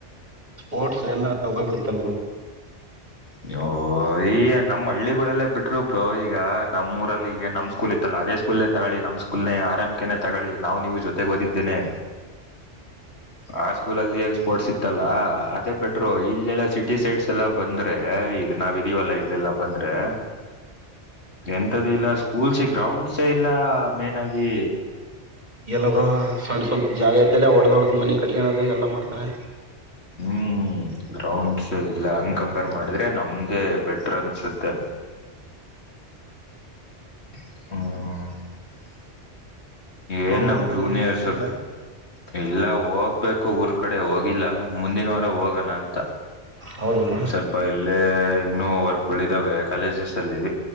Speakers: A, on the right; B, on the left.
A: ಸ್ಪೋರ್ಟ್ಸ್ ಎಲ್ಲ ತಗೋ ಬಿಡ್ತಾರ.
B: ಅಯ್ಯೋ ಈ ನಮ್ಮ ಹಳ್ಳಿಗಳಲ್ಲೇ ಬಿಟ್ರು ಈಗ ನಮ್ಮೂರಲ್ಲಿ ಈಗ ನಮ್ ಸ್ಕೂಲ್ ಇತ್ತಲ್ಲ ಅದೇ ಸ್ಕೂಲ್ನೇ ತಗಳಿ ನಮ್ ಸ್ಕೂಲ್ನ ಆರ್ ಎಂ ಕೆ ತಗೊಳ್ಳಿ ನಾವು ನೀವು ಜೊತೆಗೆ ಓದಿದ್ದೇನೆ ಆ ಸ್ಕೂಲ ಅಲ್ಲಿ ಏನ್ ಸ್ಪೋರ್ಟ್ಸ್ ಇತ್ತಲ್ಲಾ ಅದೇ ಬಿಟ್ರು ಇಲ್ಲೆಲ್ಲಾ ಸಿಟಿ ಸೈಡ್ಸ್ ಎಲ್ಲಾ ಬಂದ ಏ ಈಗ ನಾವ ಇದೀವಲ್ಲ ಇಲ್ಲೆಲ್ಲ ಬಂದ್ರೆ ಎಂತ್ದ ಇಲ್ಲ ಸ್ಕೂಲ್ಸ್ ಗ್ರೌಂಡ್ಸ ಇಲ್ಲ ಮೇನ್ ಆಗಿ
A: ಎಲ್ಲವರು ಸಣ್ಣ ಸ್ವಲ್ಪ ಜಾಗ ಇದ್ದಲ್ಲ ಹೊಡ್ದ ಹೊಡದ್ ಮನೆ ಕಟ್ಕದು ಎಲ್ಲಾ ಮಾಡ್ತಾರೆ
B: ಹ್ಮ್ ಗ್ರೌಂಡ್ಸ್ ಇಲ್ಲ ಹಂಗೆ ಕಂಪೇರ್ ಮಾಡಿದ್ರೆ ನಮ್ದೇ ಬೆಟರ್ ಅನ್ಸುತ್ತೆ ಹ್ಮ
A: ಬ್ರೋ
B: ಏನ್ ನಮ
A: ಊರ್ ಕಡೆಗೆ
B: ಜೂನಿಯರ್ಸ್ರು
A: ಹೋಗಿಲ್ಲ
B: ಇಲ್ಲ ಹೋಗ್ಬೇಕು ಊರ್ ಕಡೆ ಹೋಗಿಲ್ಲ ಮುಂದಿನ ವಾರ ಹೋಗೋಣ ಅಂತ
A: ಹೌದು ಬ್ರೋ
B: ಸ್ವಲ್ಪ ಇಲ್ಲೇ ಇನ್ನುೂ ವರ್ಕ್ಗಳಿದಾವೆ ಕಾಲೇಜಸ್ ಅಲ್ಲಿ